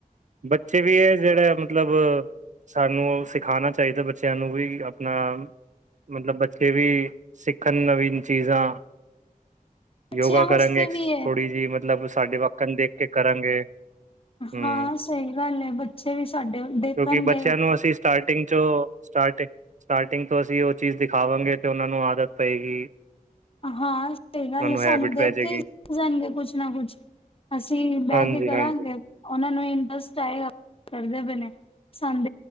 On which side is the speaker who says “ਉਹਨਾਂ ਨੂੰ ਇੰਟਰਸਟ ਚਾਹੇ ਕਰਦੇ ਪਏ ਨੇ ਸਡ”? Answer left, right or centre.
Left